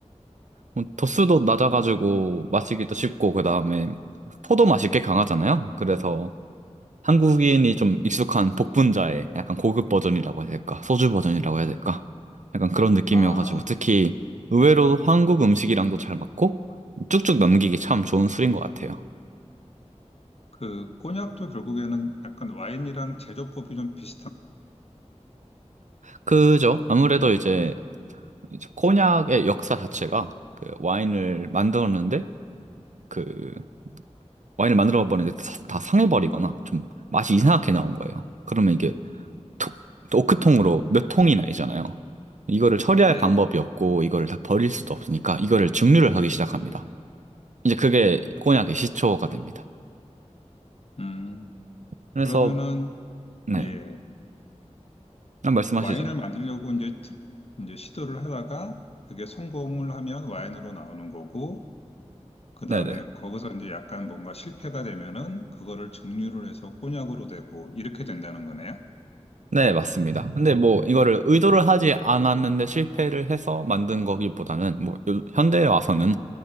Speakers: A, on the right; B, on the left.
A: 뭐 도수도 낮아가지고 마시기도 쉽고 그다음에 포도 맛이 꽤 강하잖아요. 그래서 한국인이 좀 익숙한 복분자의 약간 고급 버전이라고 해야 될까? 소주 버전이라고 해야 될까? 약간 그런 느낌이어가지고
B: 아,
A: 특히 의외로 한국 음식이랑도 잘 맞고 쭉쭉 넘기기 참 좋은 술인 것 같아요.
B: 그 꼬냑도 결국에는 약간 와인이랑 제조법이 좀 비슷한.
A: 그죠? 아무래도 이제, 이제 코냑의 역사 자체가 그 와인을 만들었는데 그 와인을 만들어 버리는데 다, 다 상해버리거나 좀 맛이 이상하게 나온 거예요. 그러면 이게 톡, 오크통으로 몇 통이 나이잖아요. 이거를 처리할
B: 네.
A: 방법이 없고 이거를 다 버릴 수도 없으니까 이거를 증류를 하기 시작합니다. 이제 그게 코냑의 시초가 됩니다.
B: 음.
A: 그래서
B: 그러면은
A: 네,
B: 예.
A: 한 말씀하시죠.
B: 와인을 만들려고 이제 특- 이제 시도를 하다가 그게 성공을 하면 와인으로 나오는 거고 그 다음에
A: 네네.
B: 거기서 이제 약간 뭔가 실패가 되면은 그거를 증류를 해서 꼬냑으로 되고 이렇게 된다는 거네요.
A: 네, 맞습니다. 근데 뭐 이거를 의도를 하지 않았는데 실패를 해서 만든 거기보다는 뭐 요- 현대에 와서는